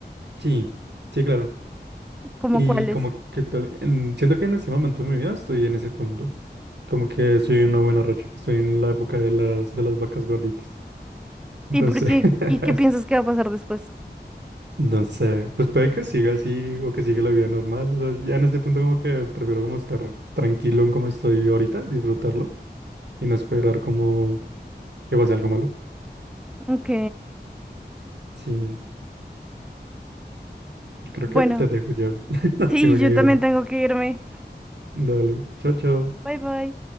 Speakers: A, on the right; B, in the centre.
A: Sí, sí, claro.
B: como
A: Y
B: cuáles.
A: como que tal, en- siento que en ese momento de mi vida estoy en ese punto. Como que estoy en una buena racha. Estoy en la época de las, de las vacas gorditas. Entonces,
B: ¿Y por qué?
A: <laughs>
B: ¿Y qué piensas que va a pasar después?
A: no sé, pues puede que siga así o que siga la vida normal. O sea, ya en este punto como que prefiero como estar tranquilo en cómo estoy ahorita, disfrutarlo y no esperar como que pase algo malo.
B: Ok.
A: Sí, creo
B: Bueno,
A: que te dejo ya. <laughs>
B: sí,
A: Tengo
B: yo
A: que irme.
B: también tengo que irme.
A: Dale, chao, chao.
B: Bye bye.